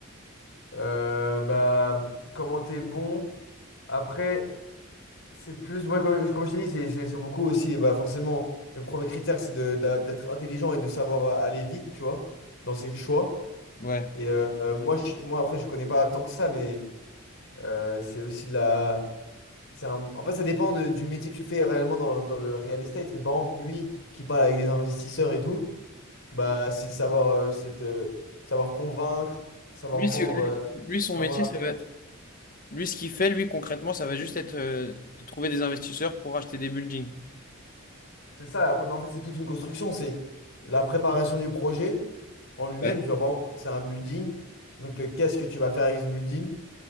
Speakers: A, on the left; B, on the left.
A: Euh, bah, comment t'es bon? Après, c'est plus, moi, comme, comme je t'ai dit, c'est c'est- c'est beaucoup aussi. et Bah, forcément, le premier critère, c'est de- d'a- d'être intelligent et de savoir euh, aller vite, tu vois, dans ses choix.
B: Ouais.
A: Et euh, euh, moi, je- moi, après, je connais pas tant que ça, mais euh, c'est aussi de la. c'est un- En fait, ça dépend de- du métier que tu fais réellement dans, dans le real estate. Mais par exemple, lui qui parle avec des investisseurs et tout, bah, c'est savoir, euh, cette, euh, savoir convaincre, savoir
B: Lui,
A: vendre.
B: c'est- lui,
A: euh,
B: lui, son
A: avant
B: métier,
A: d'un
B: ça
A: pro-
B: va Lui, ce qu'il fait, lui, concrètement, ça va juste être euh, de trouver des investisseurs pour acheter des buildings.
A: C'est ça, la pro- non, en fait, c'est toute une construction. C'est la préparation du projet en lui-même.
B: Ouais.
A: Genre, par exemple, c'est un building. Donc, euh, qu'est-ce que tu vas faire avec ce building?